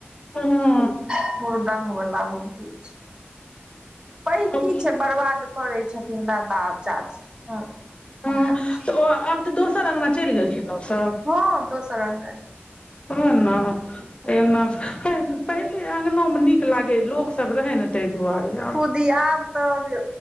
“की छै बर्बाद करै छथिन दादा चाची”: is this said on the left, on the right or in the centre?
Right